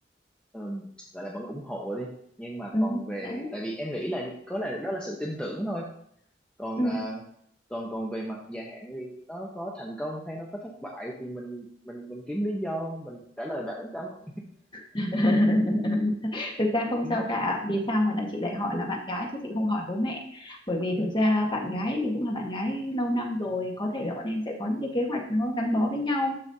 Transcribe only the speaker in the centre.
ờm, gọi là vẫn ủng hộ đi nhưng mà
còn về
tại vì em nghĩ là có là đó là sự tin tưởng thôi còn
ờ, còn còn về mặt dài hạn thì nó có thành công hay nó có thất bại thì mình mình mình kiếm lý do mình trả lời bạn ấy sao
ừ.
Ừ.